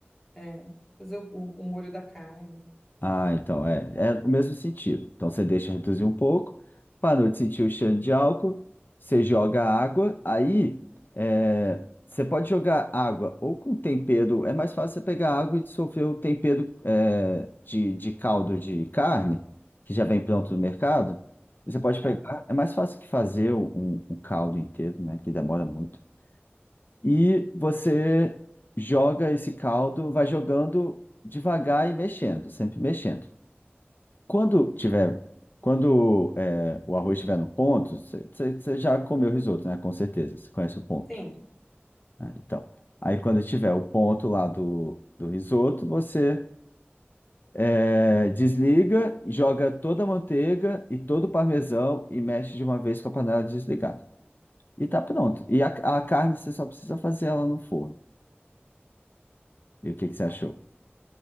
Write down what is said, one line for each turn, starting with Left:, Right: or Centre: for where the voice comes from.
Centre: é, fazer o, o molho da carne.
Left: Ah, então é, é o mesmo sentido. Então você deixa reduzir um pouco, parou de sentir o cheiro de álcool, você joga água, aí é, você pode jogar água ou com tempero, é mais fácil você pegar água e dissolver o tempero é, de, de caldo de carne, que já vem pronto no mercado. Você pode
Centre: Tá.
Left: pegar, é mais fácil que fazer um, um um caldo inteiro, né, que demora muito. E você joga esse caldo, vai jogando devagar e mexendo, sempre mexendo. Quando tiver, quando é, o arroz estiver no ponto, você já comeu risoto, né? Com certeza, você conhece o ponto.
Centre: Sim,
Left: Ah, então, aí quando tiver o ponto lá do, do risoto, você é, desliga, joga toda a manteiga e todo o parmesão e mexe de uma vez com a panela desligada. E tá pronto. E a, a carne você só precisa fazer ela no forno. E o que que você achou?